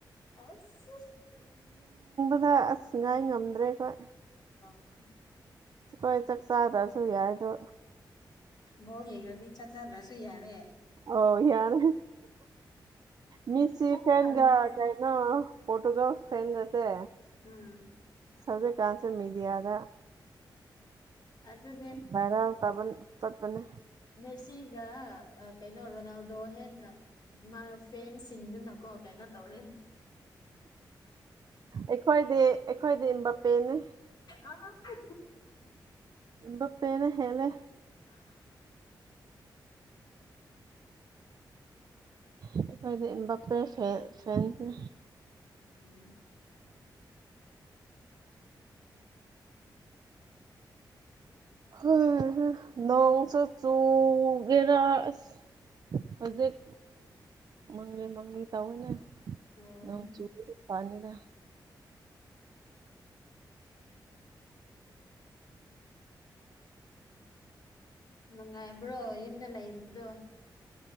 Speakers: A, on the left; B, on the right.
A: ꯑꯁ
B: ꯑꯗ ꯑꯁ ꯉꯥꯏ ꯉꯝꯗ꯭ꯔꯦ ꯑꯩꯈꯣꯏ
A: ꯑꯡ
B: ꯍꯣꯏ ꯆꯥꯛ ꯆꯥꯗ꯭ꯔꯁꯨ ꯌꯥꯏꯗꯣ
A: ꯕꯣꯜ ꯌꯦꯡꯂꯗꯤ ꯆꯥꯛ ꯆꯥꯗ꯭ꯔꯁꯨ ꯌꯥꯔꯦ
B: ꯑꯣ ꯌꯥꯔꯦ ꯃꯤꯁꯤ
A: ꯄꯨꯛ
B: ꯐꯦꯟꯒ
A: ꯊꯜꯂꯦꯅꯦ
B: ꯀꯩꯅꯣ ꯄꯣꯔꯇꯨꯒꯜ ꯐꯦꯟꯒꯁꯦ
A: ꯎꯝ
B: ꯍꯧꯖꯤꯛꯀꯥꯟꯁꯦ ꯃꯦꯗꯤꯌꯥꯗ
A: ꯑꯗꯨꯅꯦ
B: ꯚꯥꯏꯔꯦꯜ ꯆꯠꯄꯅꯦ
A: ꯃꯦꯁꯤ ꯀꯩꯔ ꯔꯣꯅꯥꯜꯗꯣ ꯍꯦꯟꯅ ꯃꯥ ꯐꯦꯟꯁꯤꯡꯗꯨꯅꯀꯣ ꯀꯩꯅꯣ ꯇꯧꯔꯅꯤ
B: ꯑꯩꯈꯣꯏꯗꯤ ꯑꯩꯈꯣꯏꯗꯤ ꯃꯥꯞꯄꯦꯅꯤ
A: ꯑꯥ ꯍꯥ
B: ꯃꯥꯞꯄꯦꯅ ꯍꯦꯜꯂꯦ
A: <inaudible>
B: ꯑꯩꯈꯣꯏꯗꯤ ꯃꯥꯞꯄꯦ ꯐꯦꯟꯅꯦ
A: ꯎꯝ
B: ꯍꯩꯍꯦ ꯅꯣꯡꯁꯨ ꯆꯨꯒꯦꯔ ꯑꯁ ꯍꯧꯖꯤꯛ ꯃꯪꯂꯤ ꯃꯪꯂꯤ ꯇꯧꯋꯤꯅꯦ
A: ꯑꯣ
B: ꯅꯣꯡ ꯆꯨꯔꯗꯤ ꯐꯅꯤꯗ
A: ꯅꯨꯡꯉꯥꯏꯕ꯭ꯔꯣ ꯌꯨꯝꯗ ꯂꯩꯕꯗꯣ